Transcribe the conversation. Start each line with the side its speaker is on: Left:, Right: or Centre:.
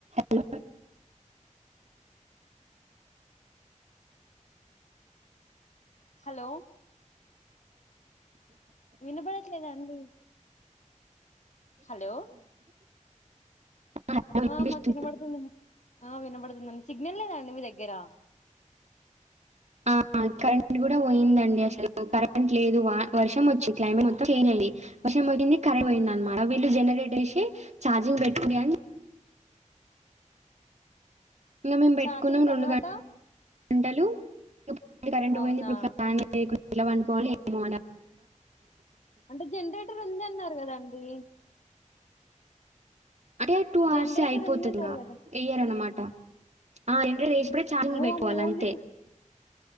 Right: హ ల్
Left: హలో వినబడట్లేదా అండి హలో
Right: హలో వినిపిస్తుంది.
Left: ఆ మాకినబడుతుండి ఆ వినబడుతుం సిగ్నల్ లేదాం మీదగ్గరా
Right: ఆ కరెంట్ గుడా పోయిందండి అసలు కరెంట్ లేదు వా వర్షం ఒచ్చి క్లైమేట్ మొత్తం చంజ్ వర్షం పోయింది కరెంట్ పోయింది అనమా వీళ్ళు జనరేట్ ఎసి ఛార్జింగ్ పెట్టుకోడి అని ఇంక మేమ్ పెట్టుకున్నం
Left: ఛార్జింగ్ తర్వాత
Right: రెండు గం టలు కరెంట్
Left: అవునా
Right: పోయింది ఇప్పుడు ఫ్యాన్ ఎలా వండుకోవాలో ఎమో
Left: అంటే జనరేటర్ ఉంది అన్నారు గదా అండీ
Right: అంటే టూ హార్సే
Left: జనరేటర్
Right: ఐపోతుందింగా
Left: ఉందన్నారు కదా
Right: ఎయర్ అనమాట డ ఆ ఎం దష్ ఛార్జింగ్
Left: ఓ
Right: పెట్టుకోవాలి
Left: అమ్మ ఓన్లీ
Right: అంతే
Left: టు